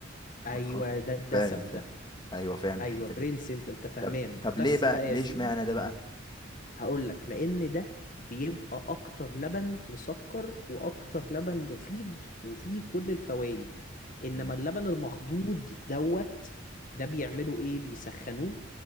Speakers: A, on the left; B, on the left.
A: ايوه
B: ما تخض
A: ده الدسم
B: فاهم فاهم
A: ده
B: ايوه فاهم الحتة
A: ايوه برنس
B: دي
A: انت انت فاهمان
B: طب طب
A: بس
B: ليه بقى
A: بقى
B: ليه
A: يا سيدي
B: اشمعنى ده بقى
A: هقولك لان ده بيبقى اكتر لبن مسكر واكتر لبن مفيد وفيه كل الفوائد انما
B: مم.
A: اللبن المخضوض دوت ده بيعملوا ايه بيسخنوه